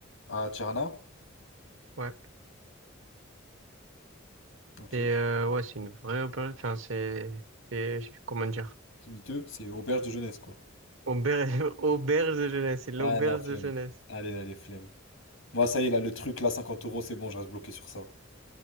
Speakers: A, on the left (about 85°); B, on the right (about 75°).
A: À Tirana,
B: Ouais.
A: ok.
B: Et euh, ouais, c'est une vraie auberge. Enfin, c'est, c'est, comment dire?
A: C'est miteux, c'est auberge de jeunesse quoi.
B: Auberge, <laughs> auberge de jeunesse, c'est l'auberge
A: Ah non, flemme.
B: de jeunesse.
A: Allez, allez, flemme. Moi, ça y est, là, le truc, là, 50 euros, c'est bon, je reste bloqué sur ça.